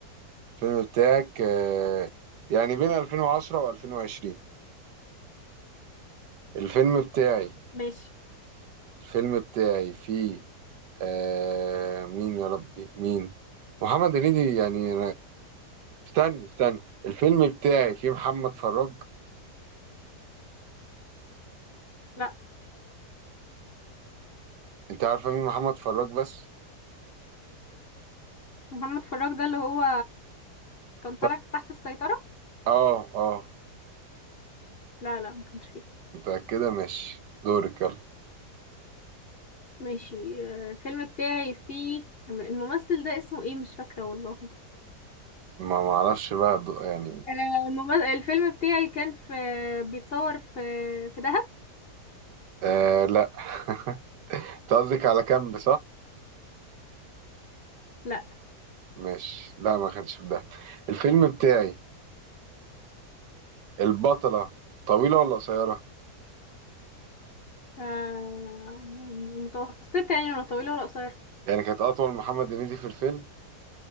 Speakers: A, on the right (about 85°); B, on the left (about 50°).
A: الفيلم بتاعك آه... يعني بين 2010 و2020 الفيلم بتاعي
B: ماشي
A: الفيلم بتاعي في آه... مين يا ربي مين محمد هنيدي يعني استني استني الفيلم بتاعي فيه محمد فراج
B: لا
A: انت عارفه مين محمد فراج بس
B: محمد فراج ده اللي هو كان طالع
A: طب
B: في تحت السيطرة
A: اه اه
B: لا لا ما كانش فيه
A: متأكده ماشي دورك يلا
B: ماشي آه، الفيلم بتاعي فيه الممثل ده اسمه ايه مش فاكرة والله
A: ما معرفش بقى دو... يعني
B: آه، المم... الفيلم بتاعي كان في بيتصور في في دهب
A: آه لا <laughs> انت قصدك على كامب صح
B: لا
A: ماشي لا ما كانش في ده الفيلم بتاعي البطلة طويلة ولا قصيرة
B: آه، متوسطة يعني ولا طويلة ولا قصيرة
A: يعني كانت أطول محمد هنيدي في الفيلم